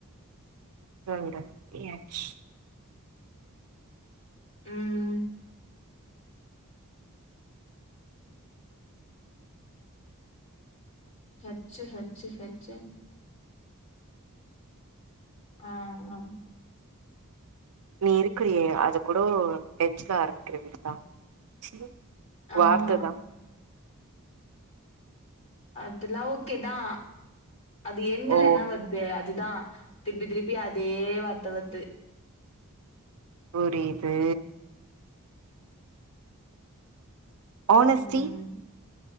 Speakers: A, on the right; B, on the left.
A: சொல்றே எச்
B: ம் ஹெச்சு ஹெச்சு ஹெச்சு ஆ ஆ
A: நீ இருக்குறியே அது கூடோ ஹெச் ல ஆரம்பிக்றதுதா செ
B: ஆஹா
A: வார்த்த தா
B: அதுல்லா ஓகேதா அது எண்டுல
A: ஓ
B: என்ன வத்து அதுதா திர்ப்பி திர்ப்பி அதே வாத்த வத்து
A: புரீது ஆனஸ்டி
B: ம்